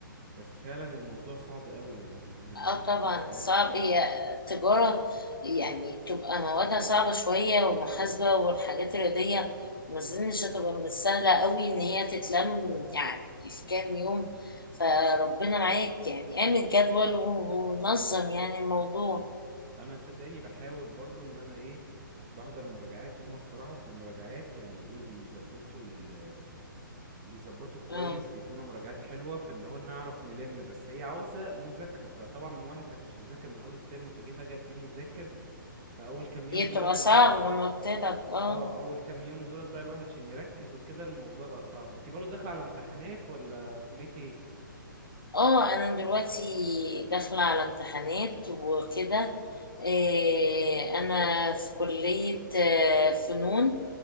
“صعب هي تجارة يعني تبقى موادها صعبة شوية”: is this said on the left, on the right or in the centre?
Left